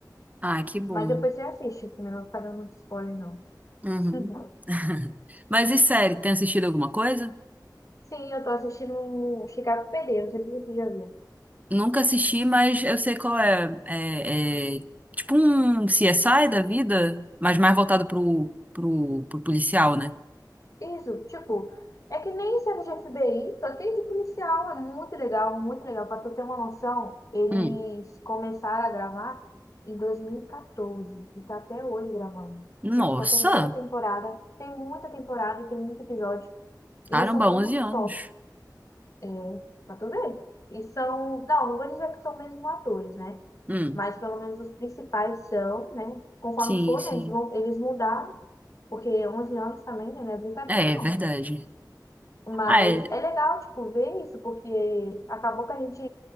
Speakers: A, on the right; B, on the left.
A: Ah, que bom.
B: Mas depois você assiste, também não vou ficar dando muito spoiler, não.
A: Uhum.
B: <laughs>
A: Mas e série, tem assistido alguma coisa?
B: Sim, eu tô assistindo Chicago PD, não sei se você já viu.
A: Nunca assisti, mas eu sei qual é. É, é tipo um CSI da vida, mas mais voltado pro, pro, pro policial, né?
B: Isso, tipo, é que nem serve de FBI, só que é de policial, é muito legal, muito legal. Pra tu ter uma noção, eles
A: Hum.
B: começaram a gravar em 2014 e quatorze e tá até hoje gravando. Tipo,
A: Nossa!
B: então tem muita temporada, tem muita temporada e tem muito episódio. E
A: Caramba,
B: eles são
A: 11
B: muito
A: anos.
B: top, é, pra tu ver. E são, não, não vou dizer que são mesmo atores, né?
A: Hum.
B: Mas pelo menos os principais são, né? Conforme
A: Sim,
B: for,
A: sim.
B: né? Eles vão, eles mudaram, porque 11 anos também não é brincadeira,
A: É,
B: não.
A: é verdade.
B: Mas
A: Ah, é.
B: é legal, tipo, ver isso, porque acabou que a gente